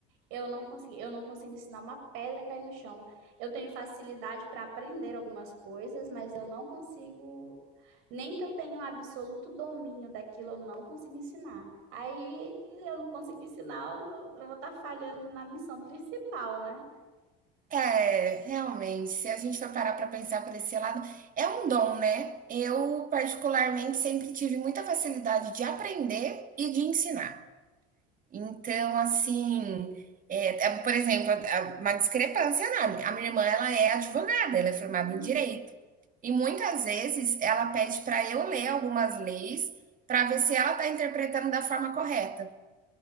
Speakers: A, on the right; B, on the right.
A: Eu não consegui, eu não consigo ensinar uma pedra a cair no chão. Eu tenho facilidade para aprender algumas coisas, mas eu não consigo, nem que eu tenha um absoluto domínio daquilo, eu não consigo ensinar. Aí eu não consigo ensinar, eu, não- eu vou estar falhando na missão principal, né?
B: É, realmente, se a gente for parar para pensar por esse lado, é um dom, né? Eu, particularmente, sempre tive muita facilidade de aprender e de ensinar. Então, assim, é, é, por exemplo, a- a- uma discrepância enorme. A minha irmã, ela é advogada, ela é formada
A: Uhum.
B: em direito. E muitas vezes ela pede para eu ler algumas leis para ver se ela está interpretando da forma correta.